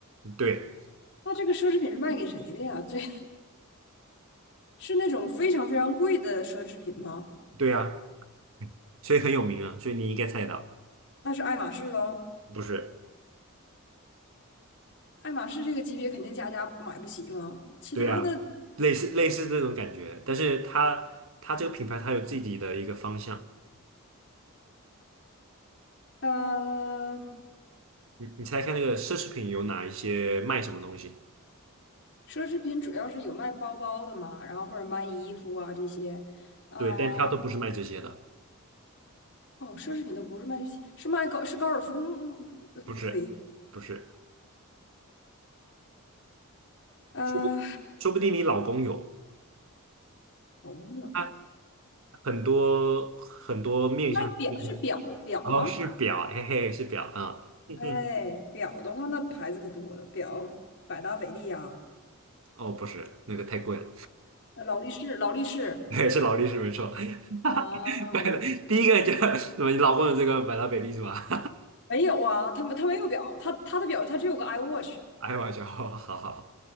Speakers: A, on the right (about 65°); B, on the left (about 55°).
A: 对
B: 那这个奢侈品是卖给谁的呀？这 <laughs> 是那种非常非常贵的奢侈品吗？
A: 对啊，所以很有名啊，所以你应该猜得到，
B: 那是爱马仕喽。
A: 不是？
B: 爱马仕这个级别肯定家家买不起嘛，其他的
A: 对啊，类似类似这种感觉，但是它它这个品牌它有自己的一个方向，
B: 呃，
A: 你你猜看那个奢侈品有哪一些卖什么东西？
B: 奢侈品主要是有卖包包的嘛，然后或者卖衣服啊这些，啊、
A: 对，但它都不是卖这些的，
B: 哦，奢侈品都不是卖这些，是卖高是高尔夫吗呃不对，
A: 不是不是。
B: 啊，
A: 说不说不定你老公有，
B: 头牛
A: 他很多很多面相，
B: 卖表是表表吗？
A: 上然后是表，嘿嘿，是表啊，嗯哼
B: 哎，表的话那牌子可多了，表百达翡丽啊，
A: 哦，不是，那个太贵了，
B: 呃劳力士，劳力士
A: <laughs> 对，是劳力士没错，
B: 啊，
A: <laughs> 买的第一个就 <laughs> 你老公有这个百达翡丽是吧？
B: 没有啊，他没他没有表，他他的表他只有个 iWatch。
A: <laughs> 哎，我笑，哦好好好，